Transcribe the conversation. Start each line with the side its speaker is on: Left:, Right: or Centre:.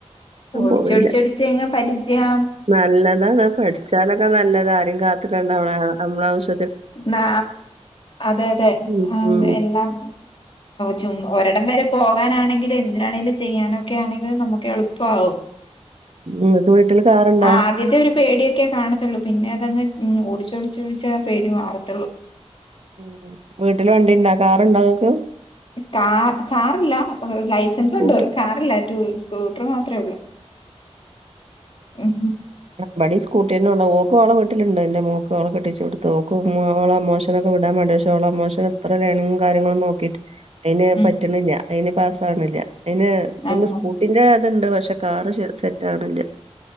Right: ഞാൻ
Left: ഓടിച്ച്
Right: പോയില്ല.
Left: ഓടിച്ച് ഓടിച്ച് പരിചയാ
Right: നല്ലതാണ് പഠിച്ചാലൊക്കെ നല്ലത ആരും കാത്തിക്കേണ്ട നമ്മള നമ്മളാവശ്യത്തിന്
Left: ന അതെ അതെ
Right: ഉം. ഉം.
Left: എല്ലാം ചുവ ഒരിടം വരെ പോകാനാണെങ്കിലും എന്തിനാണെങ്കിലും ചെയ്യാനോ ക്കെ ആണെങ്കിലിൽ നമുക്ക് എളുപ്പാവും
Right: നിങ്ങക്ക് വീട്ടില് കാറുണ്ടോ?
Left: ആ ആദ്യത്തെ ഒരു പേടിയൊക്കെ കാണത്തുള്ളൂ പിന്നെ അതങ്ങ് ഉം ഓടിച്ച് ഓടിച്ച് ഓടിച്ച പേടി മാറത്തുള്ളൂ
Right: ഉം വീട്ടില് വണ്ടി ഇണ്ടാ കാറുണ്ടങ്ങക്ക്
Left: കാ കാറില്ല ലൈസൻസ്
Right: സ്കൂട്ടി.
Left: ഒണ്ട് കാറില്ല റ്റു സ്കൂട്ടർ മാത്രമേ ഉള്ളൂ ഉം
Right: ബടി സ്കൂട്ടള്ളോ ക്കോള വീട്ടിലുണ്ട് എന്റെ മോൾക്ക്ക്കെട്ടിച്ചു കൊടുത്ത ഓക്ക് മോള മോശൊക്കെടാൻേണ്ട പക്ഷേ ഓള മോശ എത്രണും കാര്യങ്ങളും നോക്കിട്ട് അയിന്
Left: ഉം
Right: പറ്റണില്ല അയിന് പാസ്സ് ആവ്ണില്ല അതിന് നിന്റെ
Left: ആഹ്
Right: സ്കൂട്ടിന്റെ അതുണ്ട് പ ക്ഷ കാറ് പറ്റണില്ല